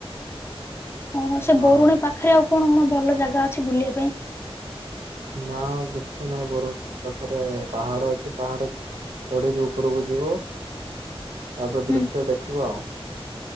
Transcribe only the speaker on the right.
ହଁ
ହଁ
ନା ଆଉ କିଛି ନାଇଁ ବର ପାଖରେ ପାହାଡ ଅଛି ପାହାଡ ଚଢ଼ିକି ଉପରକୁ ଯିବ ତାପରେ
ଦୃଶ୍ୟ ଦେଖିବ ଆଉ।